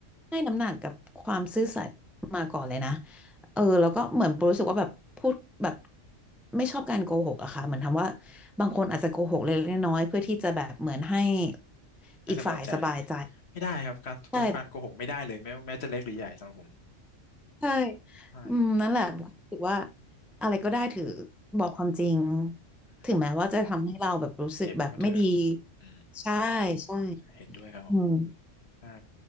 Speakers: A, in the centre; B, on the left (about 55°).
A: ให้น้ำหนักกับความซื่อสัตย์มาก่อนเลยนะ เออแล้วก็เหมือนรู้สึกว่าแบบพูดแบบไม่ชอบการโกหกอะค่ะเหมือนทำว่าบางคนอาจจะโกหกเล็กๆน้อยๆเพื่อที่จะแบบเหมือนให้
B: ไม่สบายใจ
A: อีกฝ่ายสบายใจ
B: ไม่ได้ครับการโกหกการโกหกไม่ได้เลยแม้แม้จะเล็กหรือใหญ่สำหรับผม
A: ใช่ใช่
B: ใช่
A: อืมนั่นแหละบุครู้สึกว่าอะไรก็ได้ถือบอกความจริง
B: อืม
A: ถึงแม้ว่าจะทำให้เราแบบรู้สึกแบบไม่ดี
B: เจ็บก็เถอะอืม
A: ใช่ใช่
B: เห็นด้วยครับผม
A: อืม
B: ใช่